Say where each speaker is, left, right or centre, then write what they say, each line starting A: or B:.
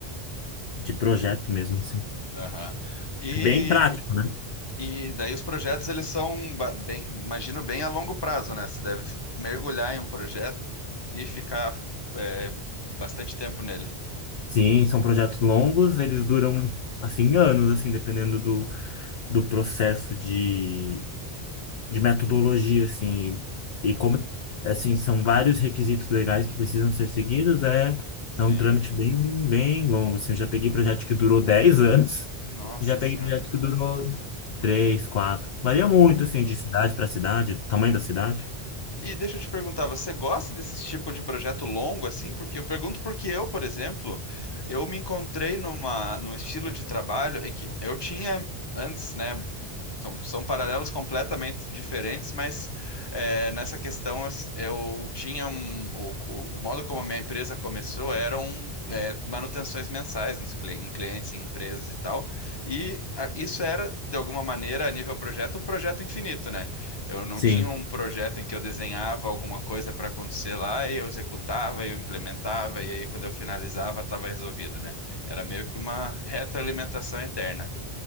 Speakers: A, on the left; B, on the left.
A: de projeto mesmo, assim.
B: aham. E,
A: Bem prático, né?
B: e daí os projetos, eles são, ba- bem, imagino, bem a longo prazo, né? Você deve mergulhar em um projeto e ficar, é, bastante tempo nele.
A: Sim, são projetos longos, eles duram, assim, anos, assim, dependendo do, do processo de, de metodologia, assim. E, e como, assim, são vários requisitos legais que precisam ser seguidos, é,
B: Sim.
A: é um trâmite bem, bem longo, assim. Eu já peguei projeto que durou 10 anos
B: Nossa
A: e já peguei
B: senhora.
A: projeto que durou 3, quatro, Varia muito, assim, de cidade para cidade, tamanho da cidade.
B: E deixa eu te perguntar, você gosta desse tipo de projeto longo assim? Porque eu pergunto porque eu, por exemplo, eu me encontrei numa, num estilo de trabalho é que eu tinha antes, né? São, são paralelos completamente diferentes, mas é, nessa questão eu, eu tinha um- o, o- o modo como a minha empresa começou eram é, manutenções mensais nos, cli- em clientes, em empresas e tal. E a- isso era, de alguma maneira, a nível projeto, um projeto infinito, né? Eu não
A: Sim,
B: tinha um projeto em que eu desenhava alguma coisa para acontecer lá e eu executava e eu implementava e aí quando eu finalizava estava resolvido, né? Era meio que uma retroalimentação eterna.